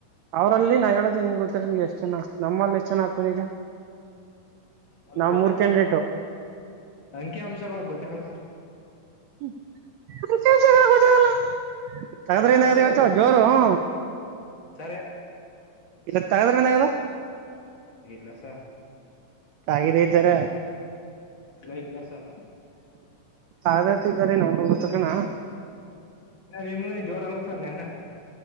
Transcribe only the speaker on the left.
ಅ
ಗೊತ್ತಾಗಲ್ಲ
ಅಂಕಿ ಅಂಶಗಳು ಗೊತ್ತಾಗಲ್ಲ ಸರ್.
ಹಾ ಸರ್
ಗೊತ್ತ
ಸರ್ ಏನ
ಇಲ್ಲಸ.
<unintelligible>
ನಿಮ್ಗೆ ಜೋರ ಅಲ್ಲ ಸರ್ ನೆನ್ನ.